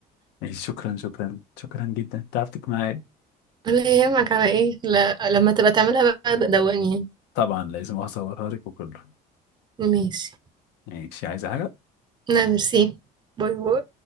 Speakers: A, on the left; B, on the right.
A: ماشي شكرا شكرا شكرا جدا تعبتك معايا
B: ولا يهمك على ايه لا لما تبقى تعملها بقى دوقني يعني
A: طبعا لازم اصورها لك وكله
B: ماشي
A: ماشي عايزه حاجه
B: لا ميرسي باي باي